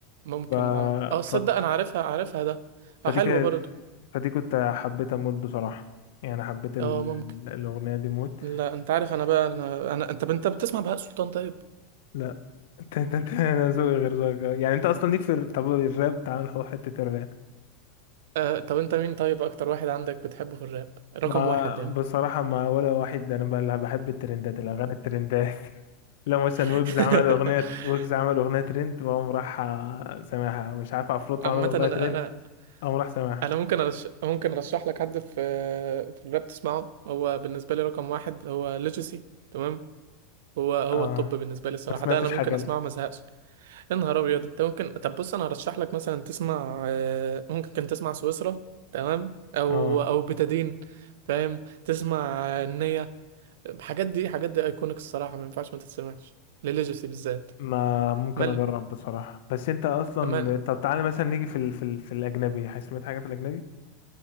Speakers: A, on the right; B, on the left.
A: ممكن
B: ف...
A: اه اه تصدق
B: ف...
A: انا عارفها عارفها ده
B: فدي
A: اه حلوة
B: كانت
A: برضو
B: فدي كنت حبيت اموت بصراحة يعني حبيت ال...
A: اه ممكن
B: الأغنية دي موت
A: لا انت عارف انا بقى انا, أنا... انت انت بتسمع بهاء سلطان طيب
B: لا <laughs> انت انت انت انا ذوقي غير ذوقك يعني انت اصلا ليك في ال- طب الراب تعال نروح حتة الراب
A: آه... طب انت مين طيب اكتر واحد عندك بتحبه في الراب رقم
B: ما
A: واحد يعني
B: بصراحة ما ولا واحد انا بل- بحب الترندات الأغاني الترندات <laughs> لو مثلا
A: <laughs>
B: ويجز عمل أغنية ويجز عمل أغنية ترند وأقوم راح آه، سامعها مش عارف عفروتو
A: عامة
B: عمل أغنية
A: انا
B: ترند
A: انا
B: أقوم راح سامعها
A: انا ممكن أرش... ممكن ارشح لك حد في في الراب تسمعه هو بالنسبة لي رقم واحد هو ليجاسي تمام هو هو
B: اه
A: الطب بالنسبه لي الصراحه
B: ما سمعتش
A: ده انا ممكن
B: حاجة
A: اسمعه
B: ليه
A: ما ازهقش يا نهار ابيض انت ممكن طب بص انا هرشح لك مثلا تسمع آه، ممكن تسمع سويسرا تمام او
B: اه
A: او بتادين فاهم تسمع آه، النية الحاجات دي حاجات دي ايكونيك الصراحه ما ينفعش ما تتسمعش لليجاسي بالذات
B: ما ممكن
A: مال
B: اجرب بصراحة بس انت اصلا
A: مال
B: طب تعالى مثلا نيجي في ال... في ال... في الاجنبي سمعت حاجة في الاجنبي